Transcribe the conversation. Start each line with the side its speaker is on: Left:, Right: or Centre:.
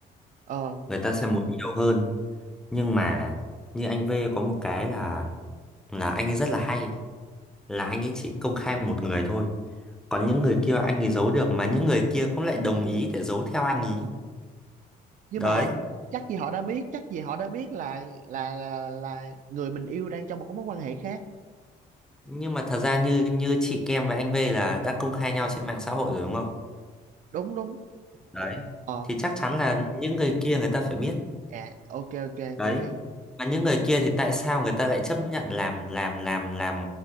Right: Ờ
Centre: người ta sẽ muốn nhiều hơn nhưng mà như anh V có một cái là là anh ấy rất là hay là anh ấy chỉ công khai một người thôi còn những người kia anh ấy giấu được mà những người kia cũng lại đồng ý để giấu theo anh ấy
Right: nhưng
Centre: đấy
Right: mà chắc gì họ đã biết chắc gì họ đã biết là là là là người mình yêu đang trong một cái mối quan hệ khác
Centre: nhưng mà thật ra như như chị Kem và anh V là đã công khai nhau trên mạng xã hội rồi đúng không
Right: đúng đúng
Centre: đấy
Right: ờ
Centre: thì chắc chắn
Right: đ-
Centre: là những người kia người ta phải biết
Right: à ok ok
Centre: đấy
Right: tôi hiểu
Centre: và những người kia thì tại sao người ta lại chấp nhận làm làm làm làm